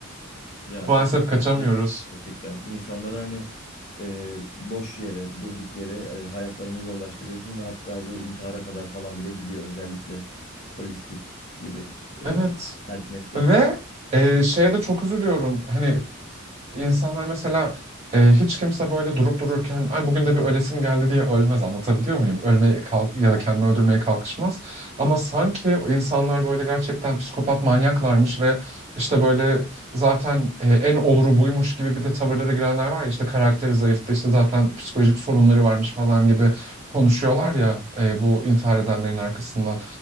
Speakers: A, on the left; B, on the right.
A: Ya
B: <laughs>
A: çok
B: Maalesef kaçamıyoruz.
A: gerçekten insanları hani e, boş yere, durduk yere e, hayatlarını zorlaştırıyorsun ve hatta bu intihara kadar falan bile gidiyor özellikle polislik gibi e,
B: Evet.
A: sert meslekler.
B: Ve e, şeye de çok üzülüyorum. Hani İnsanlar mesela e, hiç kimse böyle durup dururken ay bugün de bir ölesim geldi diye ölmez anlatabiliyor muyum? Ölmeye kal ya da kendini öldürmeye kalkışmaz. Ama sanki o insanlar böyle gerçekten psikopat manyaklarmış ve işte böyle zaten e, en oluru buymuş gibi bir de tavırlara girenler var ya işte karakteri zayıftı işte zaten psikolojik sorunları varmış falan gibi konuşuyorlar ya e, bu intihar edenlerin arkasından.